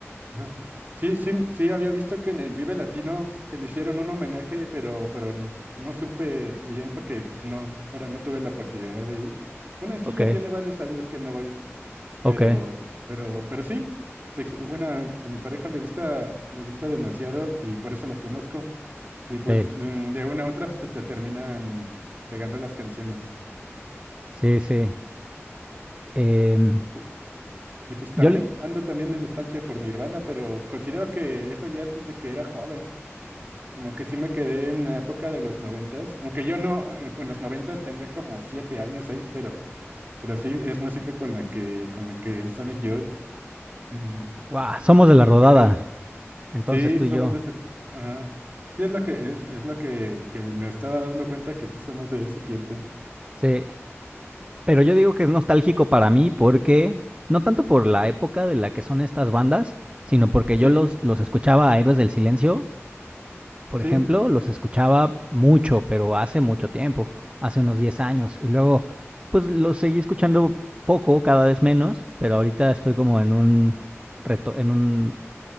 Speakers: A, on the right (about 40°); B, on the right (about 25°).
A: ajá. Sí, sí, sí, había visto que en el Vive Latino que le hicieron un homenaje, pero, pero n- no supe bien porque no, ahora no tuve la oportunidad de ir. Bueno, sí,
B: Okay,
A: ya tiene varios años que no voy, pero,
B: okay,
A: pero, pero sí. ex- Bueno, a a mi pareja le gusta, le gusta demasiado y por eso los conozco. Y pues
B: sí,
A: mm, de una a otra pues, se te terminan pegando las canciones.
B: sí, sí. Em,
A: Y, pu- y pues también
B: yo le...
A: ando también de nostalgia por Nirvana, pero considero que eso ya es desde que era joven. Como que sí me quedé en la época de los noventas, aunque yo no, eh, con los noventas tenía como siete años, seis, pero, pero sí es música con la que, con la que Sonic Youth eh,
B: ¡Guau! somos de la rodada,
A: me queda.
B: entonces
A: Sí,
B: tú
A: somos
B: y yo.
A: de ese, ajá. Sí es lo que es, es lo que, que me estaba dando cuenta que sí somos de ese tiempo.
B: Sí, pero yo digo que es nostálgico para mí porque, no tanto por la época de la que son estas bandas, sino porque
A: Sí,
B: yo los, los escuchaba a Héroes del Silencio por
A: sí.
B: ejemplo, los escuchaba mucho, pero hace mucho tiempo, hace unos 10 años. Y luego, pues los seguí escuchando poco, cada vez menos, pero ahorita estoy como en un reto, en un,